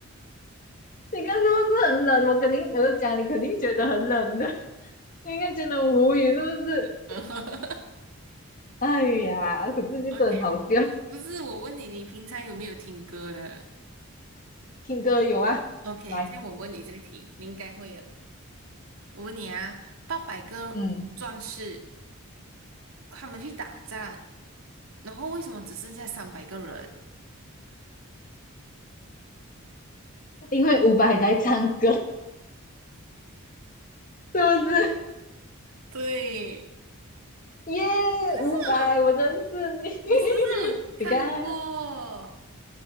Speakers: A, on the left; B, on the right.
A: 你看是不是很冷？我肯定，我就讲你肯定觉得很冷的，你应该觉得无语是不是？
B: <laughs>
A: 哎呀，可是就是很好笑。
B: ？OK，不是我问你，你平常有没有听歌的
A: 听歌有啊，
B: ？OK，
A: 来，
B: 这样我问你这个题，你应该会的。我问你啊，八百个壮士
A: 嗯，
B: 他们去打仗，然后为什么只剩下三百个人？
A: 因为伍佰在唱歌，是不是？
B: 对，
A: 耶，
B: <laughs> 你这是。
A: 伍佰，我认识你，
B: 你是不是有看过？
A: <laughs> 你看。